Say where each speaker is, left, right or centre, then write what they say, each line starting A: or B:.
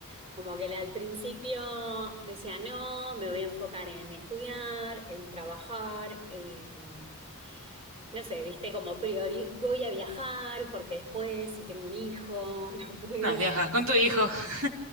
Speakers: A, on the right; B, on the right.
A: Como que la- al principio decía, no, me voy a enfocar en estudiar, en trabajar, en... No sé, viste, como priori, voy a viajar porque después, si tengo un hijo, <laughs> no puedo.
B: No, viajas con tu hijo, <laughs>